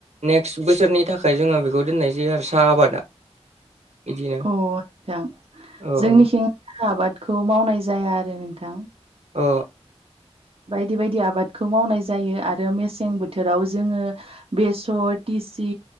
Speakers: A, on the right; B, on the right.
A: नेक्स्ट बोसोरनि थाखाय जोङो बेखौ दोननाय जायो आरो साहा आबादा बिदिनो
B: अ नोंथां
A: औ औ
B: जोंनिथिं साहा आबादखौ मावनाय जाया आरो नोंथां
A: अ
B: बायदि बायदि आबादखौ मावनाय जायो आरो मेसें बोथोराव जोङो बेसर टिसि